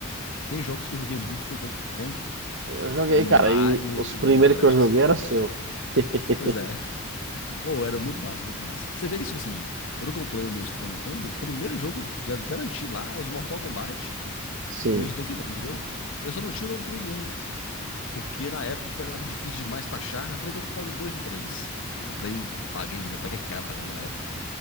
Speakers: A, on the left; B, on the right.
A: Se tem jogos que eu joguei muito, foi Donkey Kong
B: Eu joguei,
A: e
B: cara,
A: Mario
B: e os
A: e
B: primeiros
A: o Crash,
B: que eu joguei
A: assim.
B: era seu. <laughs>
A: Pois é. <laughs> Ou era muito massa, muito massa. Você vê que, tipo assim, quando eu comprei o meu Super Nintendo, o primeiro jogo que eu já garanti lá é os Mortal Kombat
B: Sim.
A: e os Donkey Kong, entendeu? Eu só não tinha o Donkey Kong um Porque na época foi- tava difícil demais pra achar. Eu falei, então eu pego dois ou três. Comprei, paguei, né? Paguei caro pra caramba na época.